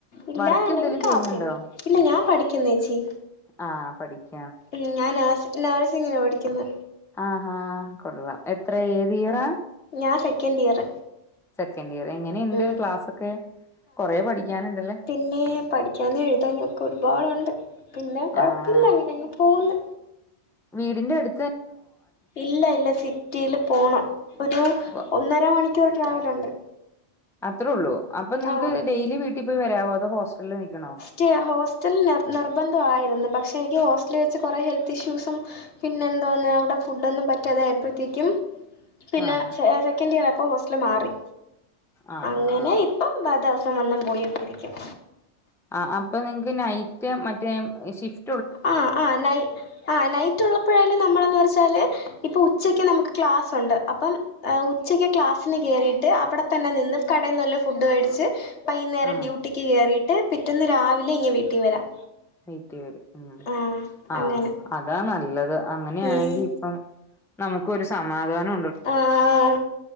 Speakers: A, on the left; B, in the centre.
A: ഇല്ലാന്നുണ്ടെങ്കി
B: വർക്ക് എന്തേലും
A: കാപ്പിയെന്നെ
B: ചെയ്യുന്നുണ്ടോ
A: ഇല്ല ഞാൻ പഠിക്കുന്നേച്ചി
B: ആഹ് പഠിക്കാ
A: ഉം ഞാൻ നേഴ് നേഴ്സിങ്ങിന് പഠിക്ക്ന്ന്
B: ആഹ് ഹാ കൊള്ളാം എത്ര ഏതിയറ?
A: ഞാൻ സെക്കൻഡ് ഇയർ
B: സെക്കന്റ് ഇയർ എങ്ങനെണ്ട്
A: ഉം
B: ക്ലാസൊക്കെ കൊറേ പഠിക്കാനുണ്ടല്ലേ?
A: പിന്നേ പഠിക്കാനും എഴുതാനൊക്കെ ഒരു പാടുണ്ട് പിന്നെ കൊഴപ്പില്ല
B: ആഹ്
A: അങ്ങനെ അങ് പോകുന്ന്
B: വീടിന്റെ അട്
A: ഇല്ല ഇല്ല സി റ്റീല് പോണം ഒരു
B: വ-
A: ഒന്നര മണിക്കൂർ ട്രാവലുണ്ട്
B: അത്രേ ഒള്ളൂ അപ്പ നിങ്ങക്ക്
A: ആ
B: ഡെയിലി വീട്ടി പോയി വരാവോ അതോ ഹോസ്റ്റലി നിക്കണോ?
A: റ്റിയ ഹോസ്റ്റല് നിർബന്ധയിരുന്നു പക്ഷേ എനിക്ക് ഹോസ്റ്റലി വെച്ച് കൊറേ ഹെൽത്ത് ഇഷ്യൂസും പിന്നെന്തോന്ന് അവിടെ ഫുഡ്ഡോന്നും പറ്റാതായപ്പോഴത്തേക്കും പിന്നെ
B: ആഹ്
A: സെ സെക്കന്റ് ഇയറാ അപ്പോ ഹോസ്റ്റല് മാറി
B: ആഹ്
A: അങ്ങനെ
B: ആഹ് ആഹ്
A: ഇപ്പം ബ ദിവസം വന്നും പോയൊക്കെ ഇരിക്കും
B: ആഹ് അപ്പൊ നിങ്ങക്ക് നൈറ്റ് മറ്റേ ഷിഫ്
A: ആഹ് ആഹ് നൈ ആഹ് നൈറ്റ് ഉള്ളപ്പോഴായാലും നമ്മളന്ന് പറച്ചാല് ഇപ്പൊ ഉച്ചക്ക് നമുക്ക് ക്ലാസ്സുണ്ട് അപ്പം ആഹ് ഉച്ചക്ക് ക്ലാസ്സിന് കേറിട്ട് അവിടെ തന്നെ നിന്ന് കടെന്ന് വല്ല ഫുഡ് വേടിച്ച് വൈകുന്നേരം
B: ആഹ്
A: ഡ്യൂട്ടിക്ക് കേറീട്ട് പിറ്റന്ന് രാവിലെ ഇങ് വീട്ടീ വരാം
B: വീട്ടി വരും ഉം
A: ആ
B: ആഹ്
A: അങ്ങനെ
B: അതാ നല്ലത് അങ്ങനെയാണെങ്കി
A: ഉം
B: ഇപ്പം നമുക്കൊരു സമാധാനൊ
A: ആഹ്